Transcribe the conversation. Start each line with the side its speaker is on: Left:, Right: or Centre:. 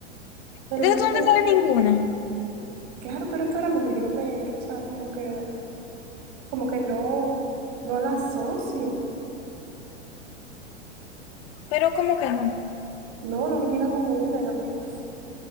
Right: Pero
Left: Entonces
Right: es
Left: tú no
Right: que,
Left: te sabes ninguna,
Right: claro, pero que ahora mismo yo no me, o sea, como que, como que no, no la asocio.
Left: pero como que no.
Right: No, no me llega como una en la mente.